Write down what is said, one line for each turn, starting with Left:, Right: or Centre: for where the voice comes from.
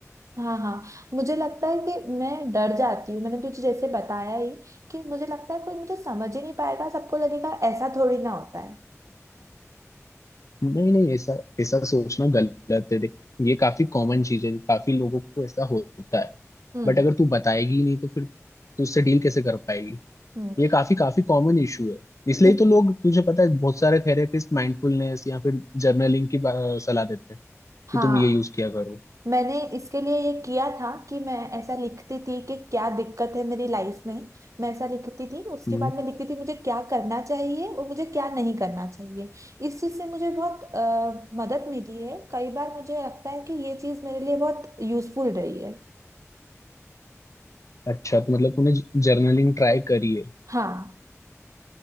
Right: हाँ हाँ मुझे लगता है कि मैं डर जाती हूँ मैंने तुझे जैसे बताया ही कि मुझे लगता है कोई मुझे समझ ही नहीं पाएगा सबको लगेगा ऐसा थोड़ी ना होता है
Left: नहीं नहीं ऐसा ऐसा सोचना गलत है देख ये काफी कॉमन चीज है काफी लोगों को ऐसा होता है
Right: हम्म
Left: बट अगर तू बताएगी ही नहीं तो फिर तू उससे डील कैसे कर पाएगी
Right: हम्म
Left: ये काफी काफी कॉमन इशू है इसलिए
Right: इस
Left: तो लोग तुझे पता है बहुत सारे थेरेपिस्ट माइंडफुलनेस या फिर जर्नलिंग की बा- सलाह देते हैं
Right: हाँ
Left: कि तुम ये यूज किया करो
Right: मैंने इसके लिए ये किया था कि मैं ऐसा लिखती थी कि क्या दिक्कत है मेरी लाइफ में मैं ऐसा लिखती थी उसके
Left: हम्म
Right: बाद मैं लिखती थी मुझे क्या करना चाहिए और मुझे क्या नहीं करना चाहिए इस चीज़ से मुझे बहुत अ, मदद मिली है कई बार मुझे लगता है कि ये चीज़ मेरे लिए बहुत यूजफुल रही है
Left: अच्छा तो मतलब तूने जर्नलिंग ट्राई करी है
Right: हाँ